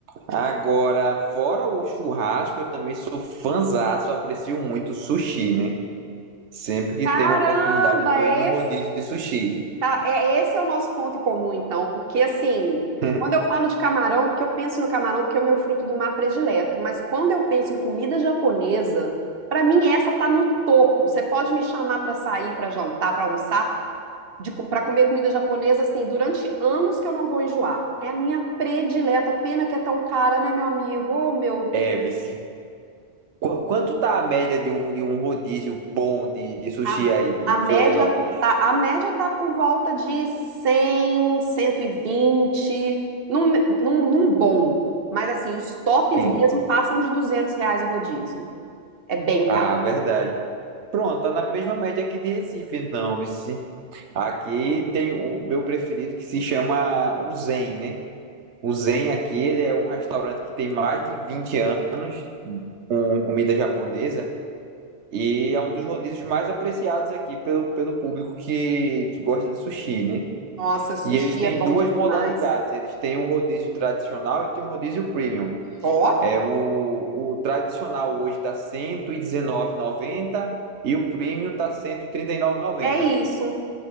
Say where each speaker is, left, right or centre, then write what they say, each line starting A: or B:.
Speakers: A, on the right; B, on the right.
A: Agora, fora o churrasco, eu também sou fãzaço, aprecio muito sushi, né? Sempre que
B: Caramba,
A: tem uma oportunidade, eu tô
B: é
A: indo num rodízio de sushi.
B: Tá, é, esse é o nosso ponto em comum, então, porque assim,
A: <laughs>
B: quando eu falo de camarão, é porque eu penso no camarão, porque é o meu fruto do mar predileto, mas quando eu penso em comida japonesa, pra mim essa tá no topo. Você pode me chamar pra sair, pra jantar, pra almoçar, de, co- pra comer comida japonesa, assim, durante anos que eu não vou enjoar. É a minha predileta, pena que é tão cara, né, meu amigo? Oh, meu Deus.
A: É, vice. Qu- Quanto tá a média de um, de um rodízio bom de, de sushi
B: A,
A: aí em
B: a média
A: Florianópolis?
B: tá, a média tá por volta de cem cento e vinte num, num, num bom. Mas assim, os tops
A: Sim.
B: mesmo passam de 200 reais o rodízio. É bem caro.
A: Ah, verdade. Pronto, tá na mesma média aqui de Recife, então, vice. Aqui tem o meu preferido que se chama o Zen, né? O Zen aqui, ele é um restaurante que tem mais de 20 anos com comida japonesa e é um dos rodízios mais apreciados aqui pelo, pelo público que, que gosta de sushi, né?
B: Nossa, sushi
A: E eles têm
B: é bom
A: duas
B: demais.
A: modalidades. Eles têm um rodízio tradicional e tem um rodízio premium.
B: Ó,
A: É o, o tradicional hoje está R$ cento e dezenove e noventa e o premium está R$ cento e e trinta e nove e noventa.
B: é isso.